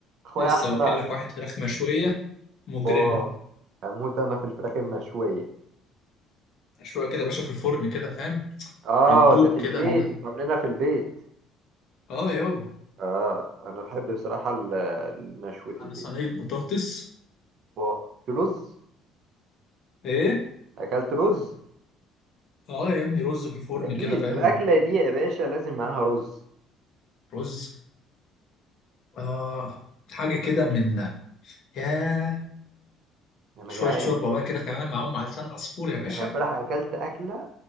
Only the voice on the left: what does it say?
لسه
واكل لك واحد فراخ مشويه مجرمه
مشويه كده يا باشا في الفرن كده فاهم
بتدوب
كده آه. إن-
اه يابا
على
صينيه بطاطس
ايه
اه يا ابني رز في الفرن
كده فاهم
رز اه حاجه كده من ياه
شويه
شوربه بقى كده كمان معاهم معلقتين عصفور يا باشا